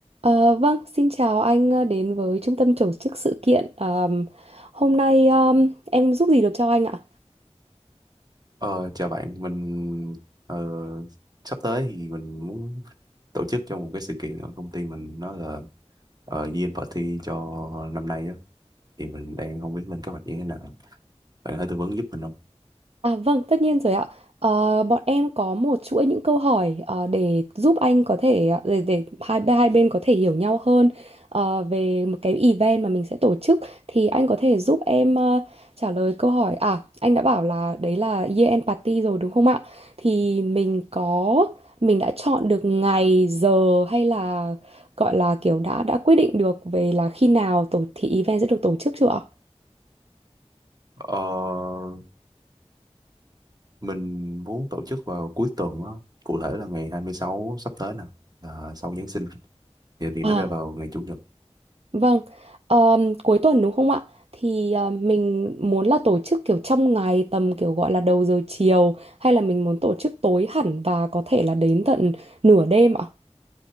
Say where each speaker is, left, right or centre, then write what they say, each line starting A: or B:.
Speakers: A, on the right; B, on the right.
A: Ờ, vâng, xin chào anh ờ, đến với trung tâm tổ chức sự kiện. Ờm, hôm nay ờm, em giúp gì được cho anh ạ?
B: Ờ, chào bạn, mình ờ, sắp tới thì mình muốn tổ chức cho một cái sự kiện ở công ty mình nó là uh, Year End Party cho năm nay á thì mình đang không biết lên kế hoạch như thế nào. Bạn có thể tư vấn giúp mình không?
A: À vâng, tất nhiên rồi ạ. Ờ, bọn em có một chuỗi những câu hỏi ờ, để giúp anh có thể ờ, để, để hai hai bên có thể hiểu nhau hơn ờ, về một cái event mà mình sẽ tổ chức thì anh có thể giúp em ờ, trả lời câu hỏi. À, anh đã bảo là đấy là year end party rồi đúng không ạ? Thì mình có mình đã chọn được ngày giờ hay là gọi là kiểu đã đã quyết định được về là khi nào tổ thì event sẽ được tổ chức chưa
B: Ờ, mình muốn tổ chức vào cuối tuần á, cụ thể là ngày 26 sắp tới nè, là sau Giáng sinh thì, thì
A: ạ?
B: nó rơi vào ngày Chủ nhật.
A: Vâng, ờm, cuối tuần đúng không ạ? Thì ờ, mình muốn là tổ chức kiểu trong ngày tầm kiểu gọi là đầu giờ chiều hay là mình muốn tổ chức tối hẳn và có thể là đến tận nửa đêm ạ?